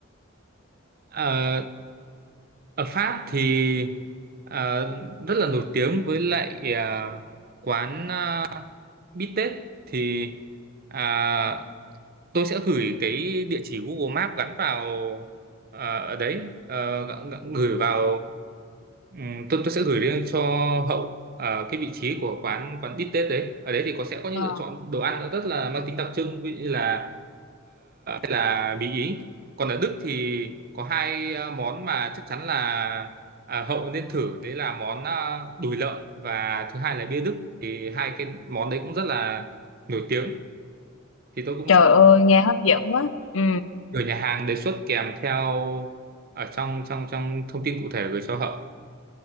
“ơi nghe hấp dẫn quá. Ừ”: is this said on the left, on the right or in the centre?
Left